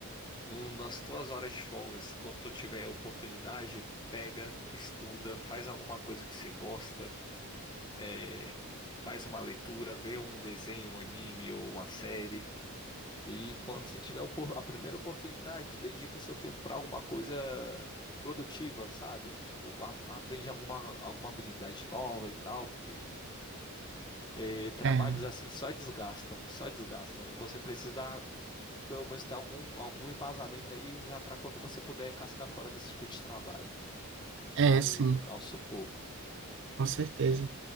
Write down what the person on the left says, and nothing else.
no- nas tuas horas de folgas, quando tu tiver a oportunidade, pega, estuda, faz alguma coisa que você gosta, é, faz uma leitura, vê um desenho, um anime ou uma série. E quando você tiver a opor- a primeira oportunidade, dedica seu tempo para alguma coisa produtiva, sabe? Tipo, a- aprende alguma, alguma habilidade nova e tal, porque aí e trabalhos
assim só desgastam, só desgastam. E você precisa dar de, pelo menos ter algum, algum embasamento aí já para quando você puder cascar fora desse tipo de trabalho.
É um,
é um sufoco.
Hum,